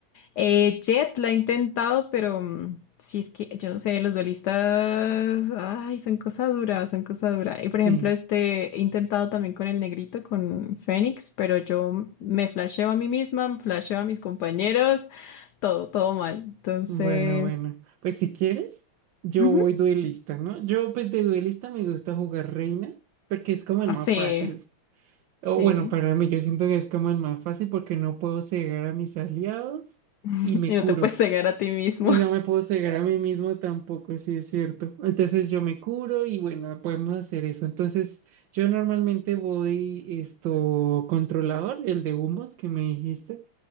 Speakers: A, on the left; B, on the right.
A: Eh, Jet la he intentado, pero mm, sí es que yo no sé, los duelistas, ay, son cosas duras, son cosas duras. Y por
B: sí.
A: ejemplo, este he intentado también con el negrito, con Fénix, pero yo me flasheo a mí misma, flasheo a mis compañeros todo, todo mal. Entonces,
B: Bueno, bueno. Pues si quieres, yo
A: Ujú,
B: voy duelista, ¿no? Yo pues de duelista me gusta jugar reina porque es como
A: así,
B: el más fácil. O
A: sí.
B: bueno, para mí yo siento que es como el más fácil porque no puedo cegar a mis aliados
A: <laughs>
B: y me
A: Y no
B: curo.
A: te puedes cegar a ti mismo.
B: Y no me puedo cegar a mí mismo tampoco, sí es cierto. Entonces yo me curo y bueno, podemos hacer eso. Entonces yo normalmente voy esto controlador, el de humos que me dijiste.